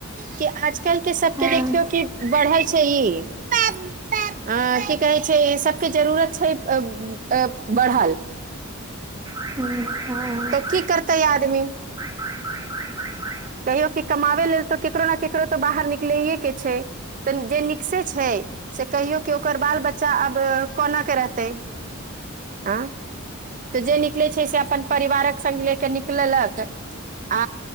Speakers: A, on the right (about 40°); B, on the right (about 20°).
A: कि आज-कल के सबके
B: हँ
A: देखियौ कि बढ़ै छैय इ। अ की कहैय छैय सबके जरूरत छैय अब-अ बढ़ल।
B: हूं हँ।
A: तऽ की करतै आदमी।
B: <inaudible>
A: कहियो कि कमाबे लेल तऽ केकरो ना केकरो तऽ बाहर निकलैये के छैय। तऽ जे निक्से छैय से कहियौ कि ओकर बाल-बच्चा आब कोना के रहतै। आं तऽ जे निकलैय छैय से अपन परिवारक संग ले कऽ निकललक आ